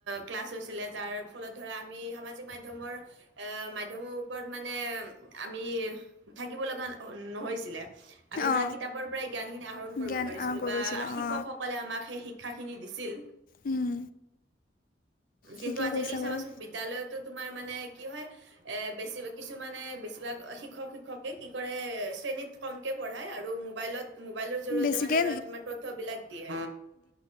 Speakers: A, on the right (about 80°); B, on the left (about 45°).
A: ক্লাছ হৈছিলে যাৰ ফলত ধৰা আমি সামাজিক মাধ্যমৰ এ মাধ্যম সমূহৰ ওপৰত মানে আমি থাকিব লগা নহৈছিলে আমি ধৰা
B: অ
A: কিতাপৰ পৰাই জ্ঞানখিনি আহৰণ কৰিব
B: জ্ঞান
A: পাৰিছিলো
B: আহৰণ কৰিব
A: বা
B: পাৰিছিলোঁ
A: শিক্ষক
B: অ
A: স অকলে আমাক সেই শিক্ষাখিনি দিছিল।
B: উম।
A: কিন্তু
B: ঠিকে
A: আজিকালি
B: কৈছা
A: চাবাচোন
B: বাৰু
A: বিদ্যালয়তো তোমাৰ মানে কি হয়। এ বেছি কিছুমানে বেছিভাগ শিক্ষক শিক্ষকে কি কৰে শ্ৰেণীত কমকে পঢ়ায়, আৰু মোবাইলত মোবাইলৰ জৰিয়তে
B: বেছিকে
A: মানে ধৰা তোমাৰ তথ্য বিলাক দিয়ে,